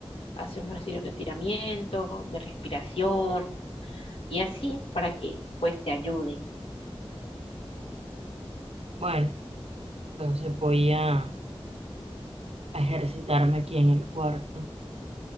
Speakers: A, on the left; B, on the right.
A: hace unos ejercicios de tiramiento, de respiración y así para que pues te ayude.
B: Bueno, entonces voy a, a ejercitarme aquí en el cuarto.